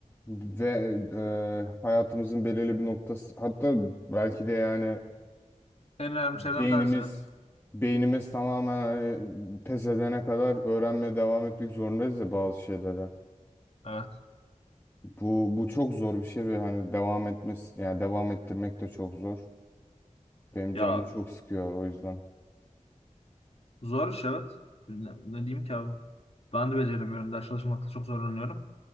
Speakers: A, on the left; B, on the left.
A: ve e, hayatımızın belirli bir noktası hatta belki de yani
B: en önemli
A: beynimiz
B: şeylerden bir tanesi evet.
A: beynimiz tamamen hani pes edene kadar öğrenmeye devam etmek zorundayız ya bazı şeylere.
B: Evet.
A: Bu bu çok zor bir şey ve hani devam etmesi yani devam ettirmek de çok zor. Benim
B: Ya
A: canımı çok sıkıyor o yüzden.
B: zor iş evet. Ne, ne diyeyim ki abi? Ben de beceremiyorum. Ders çalışmakta çok zorlanıyorum.